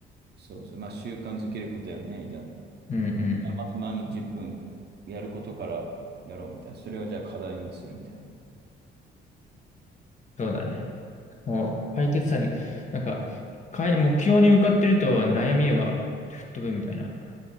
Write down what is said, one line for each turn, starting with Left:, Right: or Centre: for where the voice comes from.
Right: そうそう、まあ習慣づけることよね、みたいな。じ
Left: うんうん。
Right: ゃあまず毎日10分やることからやろうみたいな。それをじゃあ課題にするみたいな。
Left: そうだね。もう解決策に、なんか、かい、目標に向かってると悩みは吹っ飛ぶみたいな。